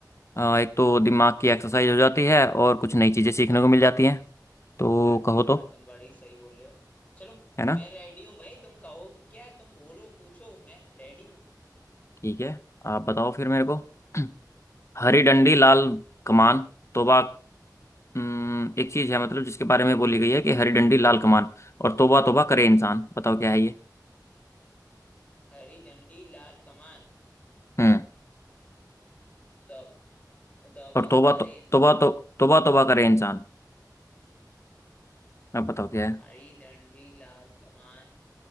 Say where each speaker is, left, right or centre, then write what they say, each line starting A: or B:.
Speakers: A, on the left; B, on the left.
A: अ, एक तो दिमाग की एक्सरसाइज हो जाती है और कुछ नई चीज़ें सीखने को मिल जाती हैं तो
B: यार
A: कहो
B: ये तो
A: तो
B: बात तुम बड़ी सही बोल रहे हो चलो
A: है ना
B: मैं रेडी हूँ भाई तुम कहो क्या तुम बोलो पूछो मैं रेडी हूँ
A: ठीक है आप बताओ फिर मेरे को <clears throat> हरी डंडी लाल कमान तोबा हम्म, एक चीज है मतलब जिसके बारे में बोली गई है कि हरी डंडी लाल कमान और तौबा तौबा करे इंसान बताओ क्या है ये
B: हरी डंडी लाल कमान
A: हम्म
B: तो तौबा
A: और तौबा
B: करे
A: तो
B: इंसान
A: तौबा तो तौबा तौबा करे इंसान अब बताओ क्या है
B: हरी डंडी लाल कमान